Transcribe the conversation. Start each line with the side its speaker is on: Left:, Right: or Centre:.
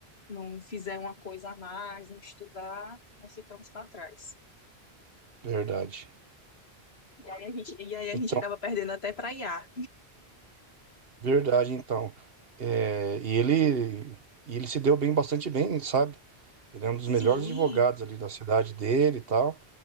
Left: não fizer uma coisa a mais, não estudar, nós ficamos para trás.
Right: verdade.
Left: E aí a gente, e aí a
Right: Então,
Left: gente acaba perdendo até para IA.
Right: verdade, então. É, e ele, e ele se deu bem, bastante bem, sabe? Ele é um dos
Left: Sim,
Right: melhores advogados ali da cidade dele e tal.